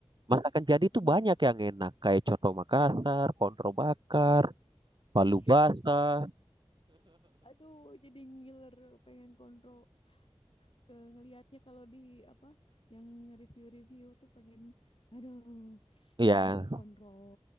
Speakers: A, on the right; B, on the left.
A: Masakan jadi
B: iya.
A: itu banyak yang enak kayak coto Makassar, kontro bakar, palu
B: <laughs>
A: basah.
B: Aduh, jadi ngiler, pengen kontrol. ke ngelihatnya kalau di apa yang review-review tuh pengen aduh
A: Ya,
B: gilar banget kontrol